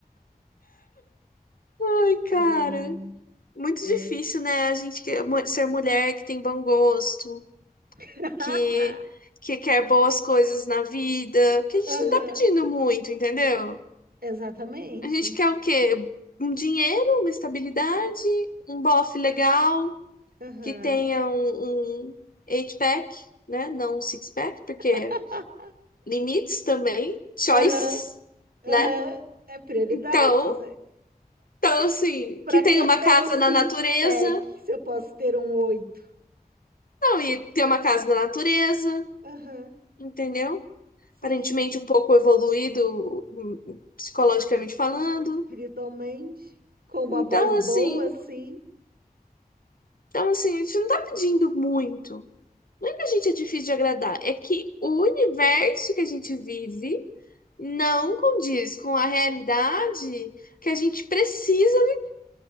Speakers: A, on the left (about 65°); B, on the right (about 75°).
A: Ai, cara,
B: Ai, ai,
A: muito difícil,
B: F.
A: né? A gente que- mu- ser mulher que tem bom gosto,
B: <laughs>
A: que, que quer boas coisas na vida, porque a gente
B: Aham,
A: não tá pedindo muito, entendeu?
B: exatamente.
A: A gente quer o quê? Um dinheiro, uma estabilidade, um bofe legal,
B: Aham,
A: que tenha um, um eight-pack, né? Não um six-pack, porque
B: <laughs>
A: limites também, choices,
B: aham, aham.
A: né?
B: É prioridades.
A: Então, então, assim,
B: Pra
A: que tenha
B: que
A: uma
B: ter
A: casa
B: um six-pack
A: na natureza.
B: se eu posso ter um oito?
A: Não, e ter uma casa na natureza,
B: Aham,
A: entendeu?
B: Sim,
A: Aparentemente um pouco evoluído hum, psicologicamente falando.
B: espiritualmente, com uma
A: Então,
B: voz boa,
A: assim,
B: sim.
A: então, assim, a gente não tá pedindo muito. Não é que a gente é difícil de agradar, é que o universo que a gente vive não condiz com a realidade que a gente precisa,